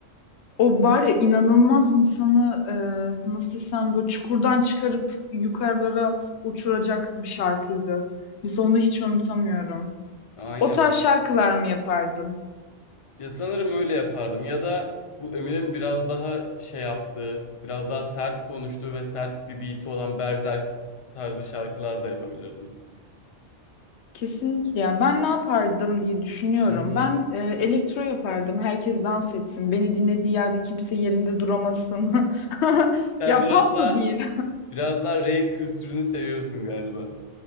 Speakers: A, on the left (about 70°); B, on the left (about 35°).
A: O var ya inanılmaz insanı e, nasıl desem böyle çukurdan çıkarıp yukarılara uçuracak bir şarkıydı. Mesela onu hiç unutamıyorum.
B: Aynen.
A: O tarz şarkılar mı yapardım?
B: Ya sanırım öyle yapardım ya da bu Eminem'in biraz daha şey yaptığı, biraz daha sert konuştuğu ve sert bir beat'i olan berzerk tarzı şarkılar da yapabilirdim.
A: Kesinlikle ya. Ben ne yapardım diye düşünüyorum.
B: Hı hı.
A: Ben e, elektro yapardım. Herkes dans etsin. Beni dinlediği yerde kimse yerinde duramasın. <laughs>
B: Sen
A: Ya
B: biraz
A: pop
B: daha
A: da değil.
B: biraz daha rave kültürünü seviyorsun galiba.